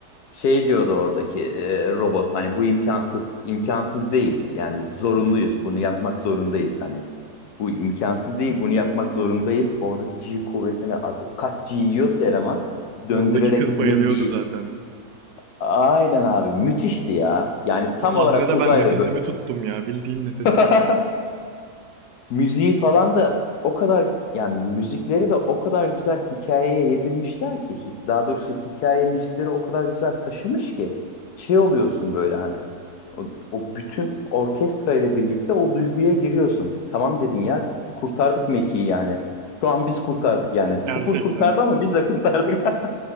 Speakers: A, on the left; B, on the right.
A: Şey diyordu oradaki e, robot hani bu imkansız. imkansız değil. Yani zorunluyuz. Bunu yapmak zorundayız hani. Bu imkansız değil. Bunu yapmak zorundayız. Orada G kuvvetini artık kaç G yiyorsa eleman döndürerek
B: Yanındaki kız bayılıyordu
A: Meki
B: zaten.
A: aynen abi müthişti ya. Yani tam
B: O sahnede
A: olarak uzayda
B: ben nefesimi
A: böyle.
B: tuttum ya. Bildiğin nefesimi
A: <laughs>
B: tuttum.
A: Müziği falan da o kadar yani müzikleri de o kadar güzel hikayeye yedirmişler ki hi- daha doğrusu hikaye müzikleri o kadar güzel taşımış ki şey oluyorsun böyle hani o, o bütün orkestra ile birlikte o duyguya giriyorsun. Tamam dedin ya kurtardık Meki'yi yani. Şu an biz kurtardık yani.
B: Gerçekten.
A: Kupur kurtardı ama biz de kurtardık. <laughs>